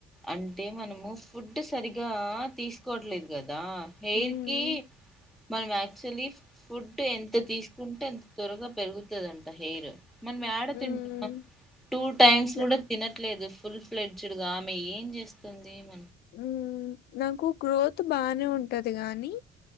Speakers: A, in the centre; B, on the left.
A: అంటే మనము ఫుడ్ సరిగా తీసుకోవట్లేదు కదా, దా హెయిర్
B: హ్మ్.
A: కి, మనం యాక్చువల్లీ ఫుడ్ ఎంత. తీసుకుంటే ఎంత త్వరగా. పెరుగుతుందంట హెయిర్, మనం ఎడ
B: హ్మ్.
A: తింటున్నాం టూ టైమ్స్
B: న
A: కూడా తినట్లేదు ఫు, ఫుల్ ఫ్లెడ్జ్డ్ గామి, ఏం చేస్తుంది మ,
B: ఊ నాకు గ్రోత్ బానే ఉంటది గానీ,